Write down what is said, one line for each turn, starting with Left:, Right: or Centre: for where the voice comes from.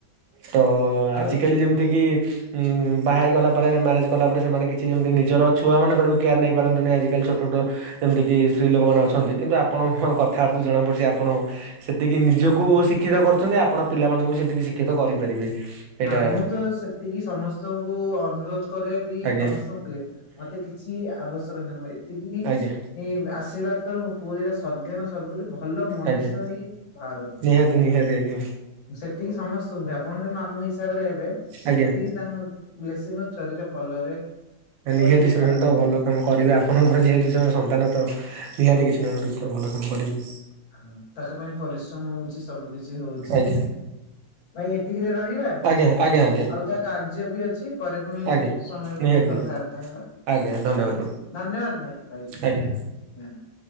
Right: ତ ଆଜିକାଲି
Left: ଆଉ
Right: ଯେମିତି କିି ଉଁ ବାହାହେଇଗଲା ପରେ ମ୍ୟାରେଜ କଲା ପରେ ସେମାନେ କିଛି ଯେମିତି ନିଜର ଛୁଆମାନଙ୍କର ବି କେୟାର୍ ନେଇପାରନ୍ତନି ଆଜିକାଲି ଛୋଟ ଛୋଟ ଯେମିତି କିି ସ୍ତ୍ରୀ ଲୋକମାନେ ଅଛନ୍ତି କିନ୍ତୁ ଆପଣଙ୍କ କଥାବାର୍ତା ରୁ ଜଣାପଡୁଚି ଆପଣ ସେତିକି ନିଜକୁ ଶିକ୍ଷିତ କରୁଚନ୍ତି ଆପଣ ପିଲାମାନଙ୍କୁ ସେତିକି ଶିକ୍ଷିତ କରିପାରିବେ। ସେଇଟା
Left: ଆଉ ମୁଁ ତ ସେତିକି ସମସ୍ତଙ୍କୁ ଅନୁରୋଧ କରେ ବି
Right: ଆଜ୍ଞା
Left: ସମସ୍ତଙ୍କୁ କଏ ମତେ କିଛି ଆବଶ୍ୟକ ନାହିଁ ଏତିକି
Right: ଆଜ୍ଞା
Left: ଏଇଁ ଆଶୀର୍ବାଦ କର ମୋ ପୁଅ ଦିଟା ସତଜ୍ଞାନ ଶତବୁଦ୍ଧି ଭଲ ମଣିଷ
Right: ଆଜ୍ଞା
Left: ହେଇକି ବାହାରନ୍ତୁ।
Right: ନିହାତି ନିହାତି ଆଜ୍ଞା।
Left: ସେତିକି ସମସ୍ତଙ୍କୁ କୁହେ ଆପଣ ସେ ମାମୁଁ ହି ସାବରେ ହେବେ
Right: ଆଜ୍ଞା।
Left: ଏତିକି ତାଙ୍କ ବ୍ଲେସି ଛୁଆ ଦିଟା ଭଲରେ
Right: ନିହାତି
Left: ପଢିକି ବାହାରନ୍ତୁ।
Right: ସେମାନେ ତ ଭଲ। କାମ କରିବେ ଆପଣଙ୍କର ଯେହେତୁ ସେମାନେ ସନ୍ତାନ ତ ନିହାତି କିଛି ନା କିଛି ଭଲ କାମ କରିବେ।
Left: ହଁ ତାଙ୍କ ପାଇଁ ପରିଶ୍ରମ ହଉଚି ସବୁ କିଛି ହୋଉଚି।
Right: ଆଜ୍ଞା
Left: ଭାଇ ଏତିକିରେ ରହିବା
Right: ଆଜ୍ଞା ଆଜ୍ଞା ଆଜ୍ଞା
Left: ଅଲଗା କାର୍ଯ୍ୟ ବି ଅଛି। ପରେ ପୁଣି
Right: ଆଜ୍ଞା
Left: ସମୟ ମିିଳିଲେ
Right: ନିହାତି
Left: କଥାବାର୍ତ୍ତା
Right: ନିହାତି
Left: ହେବା।
Right: ଆଜ୍ଞା ଧନ୍ୟବାଦ।
Left: ଧନ୍ୟବାଦ ଭାଇ ରହିଲି।
Right: ଆଜ୍ଞା